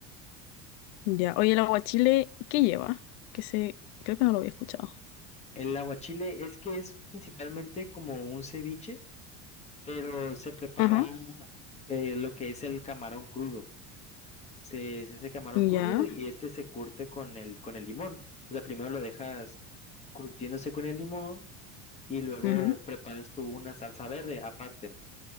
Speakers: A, on the left (about 70°); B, on the left (about 20°).
A: ya. Oye, el aguachile, ¿qué lleva? Que se, creo que no lo había escuchado.
B: El aguachile es que es principalmente como un ceviche, pero se prepara
A: Ajá.
B: eh, lo que es el camarón crudo. Se, se hace camarón
A: Ya.
B: crudo y este se curte con el, con el limón. O sea, primero lo dejas curtiéndose con el limón y luego
A: ujú.
B: preparas tú una salsa verde aparte.